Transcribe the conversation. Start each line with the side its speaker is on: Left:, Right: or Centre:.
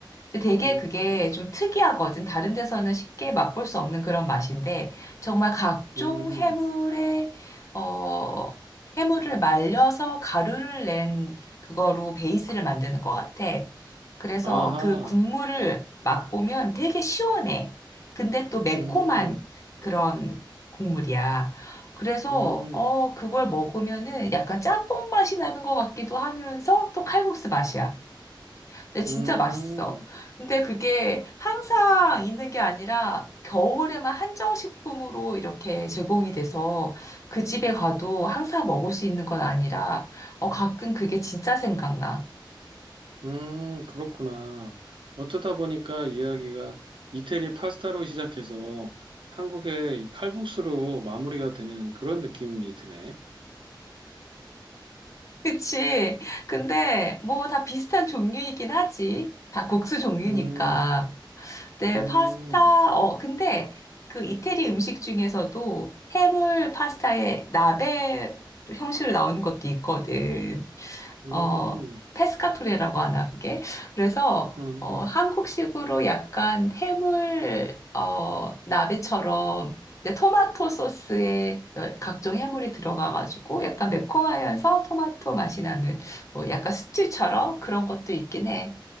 Left: 근데 되게
Right: 음,
Left: 그게
Right: 음,
Left: 좀 특이하거든. 다른 데서는 쉽게 맛볼 수 없는 그런 맛인데, 정말 각종
Right: 음.
Left: 해물에, 어, 해물을 말려서 가루를 낸 그거로 베이스를 만드는 것 같아. 그래서
Right: 아하,
Left: 그 국물을 맛보면 되게 시원해. 근데 또 매콤한
Right: 음,
Left: 그런 국물이야. 그래서,
Right: 음,
Left: 어, 그걸 먹으면은 약간 짬뽕 맛이 나는 것 같기도 하면서 또 칼국수 맛이야. 근데 진짜
Right: 음.
Left: 맛있어. 근데 그게 항상 있는 게 아니라 겨울에만 한정식품으로 이렇게 제공이 돼서 그 집에 가도 항상 먹을 수 있는 건 아니라 어, 가끔 그게 진짜 생각나.
Right: 음, 그렇구나. 어쩌다 보니까 이야기가 이태리 파스타로 시작해서 한국의 이 칼국수로 마무리가 되는 그런 느낌이 드네.
Left: <laughs> 그치? 근데 뭐 다 비슷한 종류이긴 하지. 다 국수 종류니까.
Right: 음,
Left: 네,
Right: 음,
Left: 파스타. 어, 근데 그 이태리 음식 중에서도 해물 파스타에 나베 형식으로 나오는 것도 있거든.
Right: 음,
Left: 어, 페스카토레라고 하나, 그게. 그래서,
Right: 음,
Left: 어, 한국식으로 약간 해물, 어, 나베처럼, 근데 토마토 소스에 여- 각종 해물이 들어가가지고 약간 매콤하면서 토마토 맛이 나는, 뭐 약간 스튜처럼 그런 것도 있긴 해.